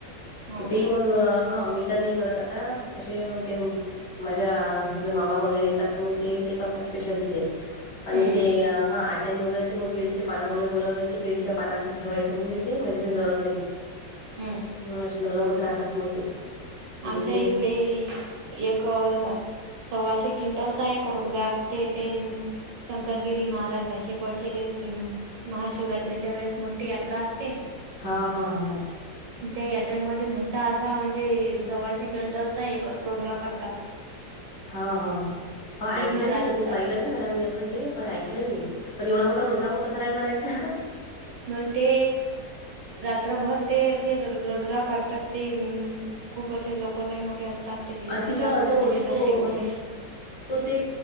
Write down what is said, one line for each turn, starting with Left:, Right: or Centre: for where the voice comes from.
Right: हो
Left: तेी
Right: का
Left: मग हा मी तर नाही करत आता कशी ते माझ्या समजा मामा वगैरे येतात तर मग ते ते करतात. स्पेशल तिकडे आणि
Right: हम्म
Left: ते हा त्यानी वगैरे ते मग केडीचे पान वगैरे बोलाव होते केडीच्या पानात ठेवायचे म्हणजे ते म्हणजे ते म्हणजे जळत नाहीत.
Right: हम्म
Left: हा आशे नरमच राहतात मग ते. अं,
Right: आमच्या
Left: ते
Right: इकडे एक सव्वाशे क्विंटलचा एक रोटगा अस ते ते. शंकरगिरी महाराज जसे पळचेले महाशिवरात्रीच्या वेळेस मोठी यात्रा असते.
Left: हा हा हा.
Right: त्या यात्रेमध्ये मोठा असा म्हणजे सव्वाशे क्विंटलचा एकच रोडगा करतात.
Left: हा हा हा
Right: पूर्ण
Left: ऐकलंय
Right: रात
Left: मी अजून पाहिलं नाही म्हणा मी असं हे पण ऐकलंय मी. पण एवढा मोठा रोडगा मग कसा काय भरतचा.
Right: मग ते रात्रभर ते असे रोडगा करतात ते अ, खूप अस लोकलाही मोठे असतात. ते भिजवतात
Left: अन तिथं
Right: कोणी
Left: तो
Right: भिजवते
Left: तो
Right: कोणी
Left: तो ते